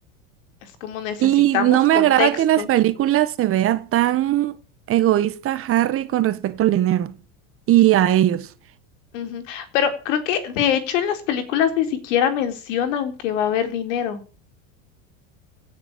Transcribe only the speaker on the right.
Y no me
agrada que en las películas se vea tan egoísta Harry con respecto al dinero y a ellos.